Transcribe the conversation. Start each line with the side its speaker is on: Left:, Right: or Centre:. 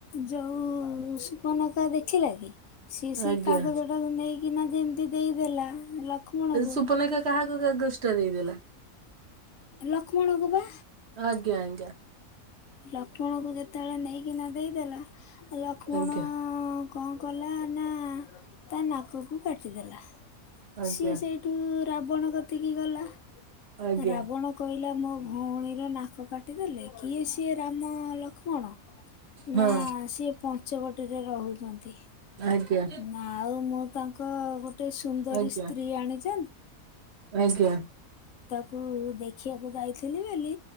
Left: ଯୋଉ ସୁପନକା ଦେଖିଲା କି ସିଏ ସେଇ
Right: ଆଜ୍ଞା
Left: କାଗଜ ଟାକୁ ନେଇକିନା ଯେମିତି ଦେଇଦେଲା। ଲକ୍ଷ୍ମଣକୁ
Right: ସୁପନକା କାହାକୁ କଗାଜଟା ଦେଇଦେଲା?
Left: ଲକ୍ଷ୍ମଣକୁ ବା
Right: ଆଜ୍ଞା ଆଜ୍ଞା।
Left: ଲକ୍ଷ୍ମଣଙ୍କୁ ଯେତେବେଳେ ନେଇକିନା ଦେଇଦେଲା ଲକ୍ଷ୍ମଣ
Right: ଆଜ୍ଞା
Left: କଣ କଲା ନା ତା ନାକକୁ କାଟିଦେଲା
Right: ଆଜ୍ଞା
Left: ସିଏ ସେଇଠୁ ରାବଣ କତିକି ଗଲା
Right: ଆଜ୍ଞା
Left: ରାବଣ କହି ପିଲା ମୋ ଭଉଣୀର ନାକ କାଟିଦେଲେ କିଏ ସିଏ ରାମ ଲକ୍ଷ୍ମଣ
Right: ହଁ
Left: ନା ସିଏ ପଞ୍ଚବଟିୀରେ ରହୁଛନ୍ତି।
Right: ଆଜ୍ଞା
Left: ନା ଆଉ ମୁଁ ତାଙ୍କ ଗୋଟେ ସୁନ୍ଦରୀ
Right: ଆଜ୍ଞା
Left: ସ୍ତ୍ରୀ ଆଣିଚ
Right: ଆଜ୍ଞା।
Left: କୁ ଦେଖିବାକୁ ଯାଇଥିଲି ବେଲି